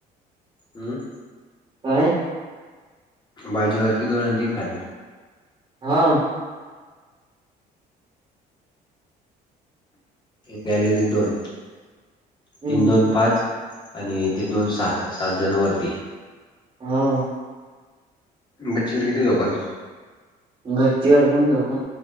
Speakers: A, on the left; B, on the right.
A: हम.
B: काय?
A: बाजीवरती दोन आणि तीन खाली.
B: हा.
A: गॅलेरी दोन,
B: हम्म
A: तीन, दोन, पाच. आणि ते दोन, सात, सात जण वरती.
B: हा.
A: गच्छीवर किती? झोपाल
B: गच्ची वर गंज झोपून